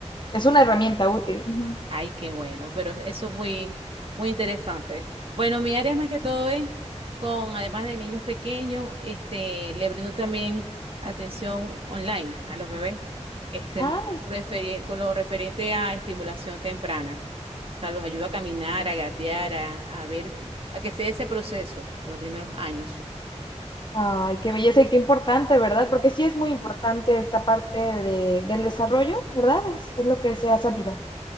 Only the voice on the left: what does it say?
es una herramienta útil. Ujú.
Ay,
súper.
Ay, qué belleza y qué importante, ¿verdad? Porque sí es muy importante esta parte de- del desarrollo, ¿verdad? Es, es lo que se ha sabido.